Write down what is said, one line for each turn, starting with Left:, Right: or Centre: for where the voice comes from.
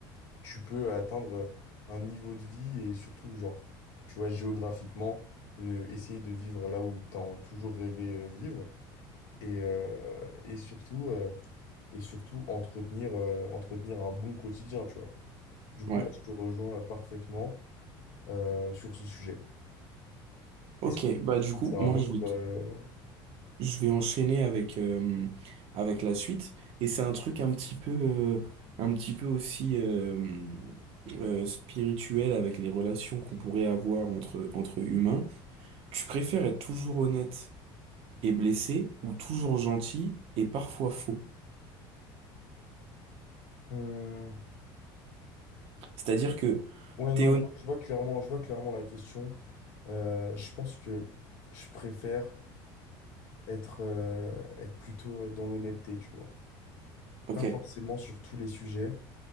Left: tu peux atteindre un niveau de vie et surtout, genre, tu vois, géographiquement, euh, essayer de vivre là où tu as toujours rêvé euh, vivre et, euh, et surtout, euh, et surtout entretenir, euh, entretenir un bon quotidien, tu vois. Du coup,
Right: Ouais.
Left: là, je te rejoins parfaitement, euh, sur ce sujet.
Right: Ok,
Left: Est-ce que
Right: bah du coup,
Left: c'est un
Right: moi
Left: autre
Right: je vais,
Left: euh,
Right: je vais enchaîner avec, euh, avec la suite. Et c'est un truc un petit peu, euh, un petit peu aussi euh, euh, spirituel avec les relations qu'on pourrait avoir entre, entre humains. Tu préfères être toujours honnête est blessé ou toujours gentil et parfois faux.
Left: hmm.
Right: C'est-à-dire que
Left: Ouais,
Right: t'es
Left: non,
Right: honnête.
Left: je vois je vois clairement, je vois clairement la question. Euh, je pense que je préfère être, euh, être plutôt dans l'honnêteté, tu vois.
Right: Ok.
Left: Pas forcément sur tous les sujets,